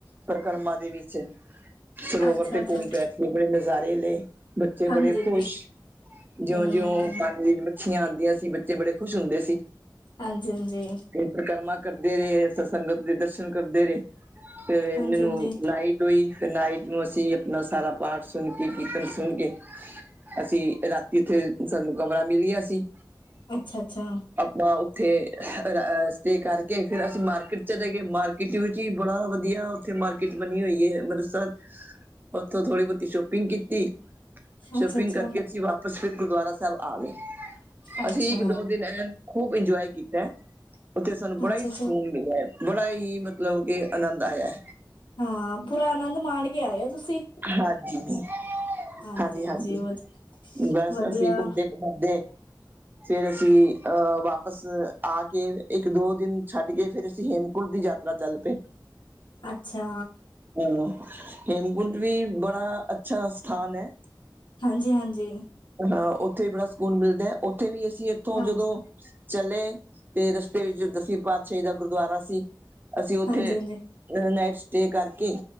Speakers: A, on the right; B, on the left.
A: ਪਰਕਰਮਾ ਦੇ ਵੀਚ ਸਰੋਵਰ
B: ਅੱਛਾ-ਅੱਛਾ,
A: ਦੇ ਕੋਲ ਬੈਠ ਬੜੇ ਨਜ਼ਾਰੇ ਲਏ ਬੱਚੇ ਬੜੇ
B: ਹਾਂਜੀ-ਹਾਂਜੀ,
A: ਖੁਸ਼, ਜੇਉਂ-ਜੇਉਂ
B: ਹੂੰ,
A: ਪਾ ਮਛੀਆਂ ਆਦੀਆਂ ਸੀ ਬੱਚੇ ਬੜੇ ਖੁਸ਼ ਹੁੰਦੇ ਸੀ।
B: ਆਜੀ-ਆਜੀ।
A: ਪਰਕਰਮਾ ਕਰਦੇ ਰਏ ਫੇਰ ਸੰਗਤ ਦੇ ਦਰਸ਼ਨ ਕਰਦੇ ਰਏ, ਫੇਰ ਏ
B: ਹਾਂਜੀ-ਹਾਂਜੀ,
A: ਮੇਨੂੰ ਨਾਈ ਕ ਵੀ ਨਾਈਟ ਨੂੰ ਅਸੀਂ ਆਪਣਾ ਸਾਰਾ ਪਾਠ ਸੁਣ ਕੇ ਕੀਰਤਨ ਸੁਣ ਕੇ ਅਸੀਂ ਰਾਤੀ ਏਥੇ ਸਾਨੂੰ ਕਮਰਾ ਮੀਲ ਗੇਆ ਸੀ
B: ਆ ਛਾ-ਛਾ।
A: ਆਪਾਂ ਓਥੇ ਆ ਸਟੇ ਕਰਕੇ ਫੇਰ ਅਸੀਂ ਮਾਰਕੀਟ ਚਲੇ ਗੇ ਮਾਰਕੀਟ ਵੀ ਕੀ ਬੜਾ ਵਧੀਆ ਓਥੇ ਮਾਰਕੀਟ ਬਣੀ ਹੋਈ ਐ ਅੰਮਰੀਸਰ ਓਥੋਂ ਥੋੜੀ ਬੌਤੀ ਸੌ਼ਪੀਂਗ ਕੀਤੀ ਸੌ਼ਪੀਂਗ
B: ਅੱਛਾ-ਅੱਛਾ,
A: ਕਰਕੇ ਅਸੀਂ ਵਾਪਸ ਫੇਰ ਗੁਰਦੁਆਰਾ ਸੈਬ ਆ ਗੇ
B: ਅੱਛਾ,
A: ਅਸੀਂ ਏਕ-ਦੋ ਦੇਨ ਐਨ ਖੂਬ ਈਂਜੋਏ ਕੀਤਾ ਐ, ਓਥੇ ਸਾਨੂੰ ਬੜਾ
B: ਅੱਛਾ-ਅੱਛਾ,
A: ਈ ਸਕੂਨ ਮੀਲੇਆ ਏ ਬੜਾ ਈ ਮਾ ਲਵ ਕੇਕਿ ਆਨੰਦ ਆਏ ਐ।
B: ਹਾਂ, ਪੁਰਾ ਆਨੰਦ ਮਾਣ ਕੇ ਆਏ ਹੋ। ਤੁਸੀਂ
A: ਹਾਂਜੀ ਜੀ,
B: ਹਾਂਜੀ-ਹਾਂਜੀ,
A: ਹਾਂਜੀ, ਹਾਂਜੀ।
B: ਵਧ
A: ਬਸ,
B: ਵਧੀਆ,
A: ਅਸੀਂ ਕੁਸਦੇ ਕੁਮਦੇ ਫਰ ਅਸੀਂ ਅਹ ਵਾਪਿਸ ਆ ਕੇ ਇੱਕ-ਦੋ ਦਿਨ ਛੱਡ ਕੇ ਫੇਰ ਅਸੀਂ ਹੇਮਕੁੰਟ ਦੀ ਯਾਤ ਰਾ ਚੱਲ ਪਏ।
B: ਅੱਛਾ।
A: ਹੂੰ‌--ਹੇਮਕੁੰਟ ਵੀ ਬੜਾ ਅੱਛਾ ਸਥਾਨ ਹੈ।
B: ਹਾਂਜੀ, ਹਾਂਜੀ।
A: ਹਾਂ, ਉੱਥੇ ਵੀ ਬੜਾ ਸਕੂਨ ਮਿਲਦਾ ਐ। ਉੱਥੇ ਵੀ ਅਸੀਂ ਇੱਥੋਂ
B: ਹਾਂਜੀ,
A: ਜਦੋਂ- ਚਲੇ ਤੇ ਰਸਤੇ ਵਿੱਚ ਦਸਵੀਂ ਪਾਤਸ਼ਾਹੀ ਦਾ ਗੁਰਦੁਆਰਾ ਸੀ। ਅਸੀਂ ਉੱਥੇ
B: ਹਾਂਜੀ-ਹਾਂਜੀ,
A: ਅਅ ਨਾਈਟ ਸਟੇ ਕਰਕੇ